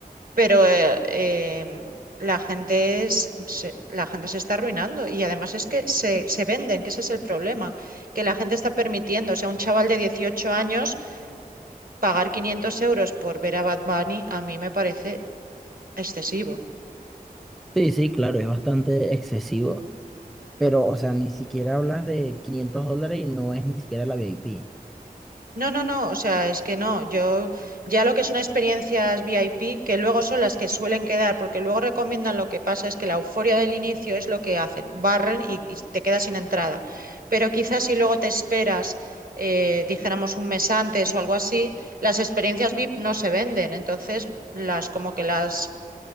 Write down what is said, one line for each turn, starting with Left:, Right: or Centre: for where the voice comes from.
Right: pero eh, em, la gente es- se, la gente se está arruinando y además es que se, se venden, que ese es el problema, que la gente está permitiendo, o sea, un chaval de 18 años pagar 500 euros por ver a Bad Bunny a mí me parece excesivo.
Centre: Sí, sí, claro, es bastante excesivo, pero, o sea, ni siquiera hablas de 500 dólares y no es ni siquiera la VIP.
Right: No, no, no, o sea, es que no, yo ya lo que son experiencias VIP, que luego son las que suelen quedar, porque luego recomiendan lo que pasa es que la euforia del inicio es lo que hacen, barren y, y te quedas sin entrada. Pero quizás si luego te esperas, eh, dijéramos un mes antes o algo así, las experiencias VIP no se venden, entonces las como que las,